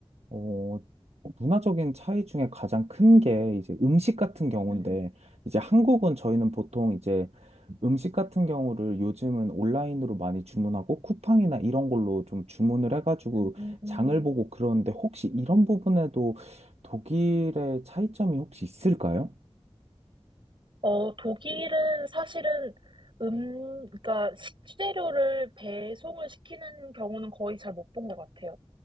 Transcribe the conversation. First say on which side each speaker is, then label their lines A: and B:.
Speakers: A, on the right (about 85°); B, on the right (about 50°).
A: 어, 문화적인 차이 중에 가장 큰 게 이제 음식 같은 경우인데,
B: 음,
A: 이제 한국은 저희는 보통 이제 음식 같은 경우를 요즘은 온라인으로 많이 주문하고 쿠팡이나 이런 걸로 좀 주문을 해가지고
B: 음, 음, 음.
A: 장을 보고 그러는데 혹시 이런 부분에도 독일의 차이점이 혹시 있을까요?
B: 어, 독일은 사실은 음, 그러니까 식재료를 배송을 시키는 경우는 거의 잘 못 본 것 같아요.